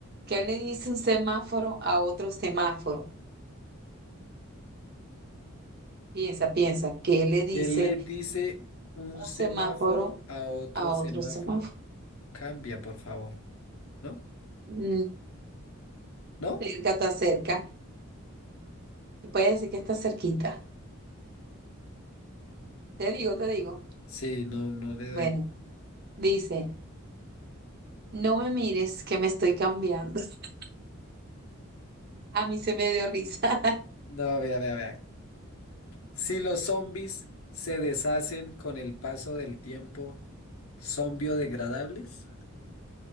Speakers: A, on the right (about 50°); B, on the left (about 85°).
A: ¿qué le dice un semáforo a otro semáforo? Piensa, piensa, ¿qué le dice
B: ¿Qué le dice un
A: un
B: semáforo
A: semáforo
B: a otro
A: a
B: semáforo?
A: otro semáforo?
B: Cambia, por favor. ¿No?
A: Mm,
B: ¿No?
A: cerca, está cerca. Se puede decir que está cerquita. Te digo, te digo.
B: Sí, no, no le doy.
A: Bueno, dice, no me mires que me estoy cambiando. <laughs> A mí se me dio risa.
B: No, vea, vea, vea. Si los zombies se deshacen con el paso del tiempo, ¿son biodegradables?